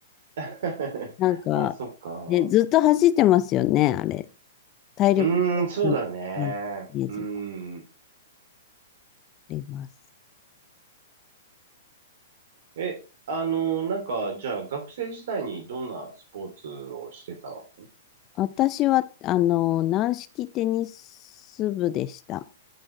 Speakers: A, on the right; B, on the left.
A: <laughs>
B: なんか、
A: あ、そっか。
B: ね、ずっと走ってますよね、あれ。体力勝負のイメージがあ
A: うーん、そうだね。うん。
B: ります。
A: え、あの、なんか、じゃあ学生時代にどんなスポーツをしてたの
B: 私は、あの、軟式テニス部でした。